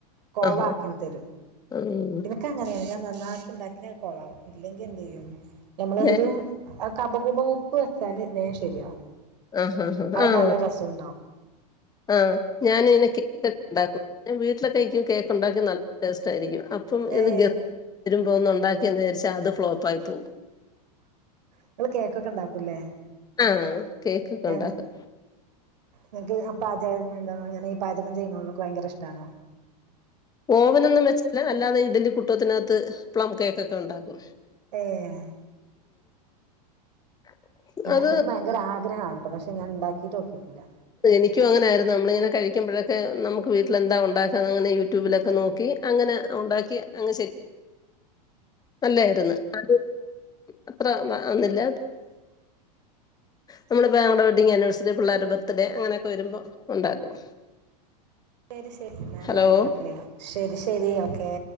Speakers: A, on the right (about 80°); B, on the left (about 20°).
A: കോളാക്കിം
B: ആഹാ
A: തരും
B: ഉം
A: ഇനക്ക് അങ്ങനെയാണ് ഞാൻ നന്നാക്കി ഉണ്ടാക്കിയാൽ കൊളാകും ഇല്ലെങ്കി എന്ത് ചെയ്യും നമ്മള്
B: ഞാൻ
A: ഒരു കപകൂപ ഉപ്പ് വെച്ചാല് നേശെരിയാവും
B: ആഹാ ഹാ
A: അത്
B: ആ
A: നല്ല രസവുണ്ടാവും
B: ആഹ് ഞാനിനെ കേ ക്ക് ഒണ്ടാക്കും ഞാൻ വീട്ട്ലൊക്കെ ഇക്ക് കേക്ക് ഒണ്ടാക്കി നല്ല ടേസ്റ്റ് ആരിക്കും അപ്പം
A: ഏയ്
B: ഇത് ഗത് വരുമ്പോ ഒന്ന് ഒണ്ടാക്കിന്ന് വിചാരിച്ചാ അത് ഫ്ലോപ്പ് ആയി പോകും
A: നിങ്ങള് കേക്കൊക്കെ ഇണ്ടാക്കൂല്ലേ
B: ആഹ് കേക്കൊക്കെ
A: ഉം
B: ഉണ്ടാക്കും.
A: ന്ന്ക്ക് പാചകം <unintelligible> ഈ പാചകം ചെയ്യുന്നോത് ഭയങ്കര ഇഷ്ടാണോ
B: ഓവനൊന്നും വെച്ചല്ല അല്ലാതെ ഇഡ്ഡലി കുട്ടോത്തിനാത്ത് പ്ലം കേക്കൊക്കെ ഒണ്ടാക്കും
A: ഏഹ്
B: <unintelligible>
A: പിന്ന
B: അത്
A: എനിക്ക് ഭയങ്കരാ ഗ്രഹണ് ട്ടൊ പക്ഷെ ഞാൻ ഇണ്ടാക്കിട്ടൊന്നുല്ല.
B: എനിക്കും അങ്ങനെയയിരുന്നു നമ്മളിങ്ങനെ കഴിക്കുമ്പഴൊക്കെ നമുക്ക് വീട്ടിലെന്താ ഉണ്ടാക്കാന്നതെന്ന് യൂട്യൂബിലൊക്കെ നോക്കി. അങ്ങനെ ഉണ്ടാക്കി അങ്ങ് ശരി. അല്ലായിരുന്നു ആ അത്ര വ വന്നില്ല. നമ്മുടെ ഭായുടെ വെഡിങ് ആനിിവേഴ്സറി പിള്ളോര ഭത്ത്- അതെ അങ്ങനെയൊക്കെ വരുമ്പോ ഉണ്ടാക്കും.
A: ശരി ശരി എന്നാലും
B: ഹലോ
A: ഓക്കേ ട്ടിലെ ശരി ശരി ഒക്കെ.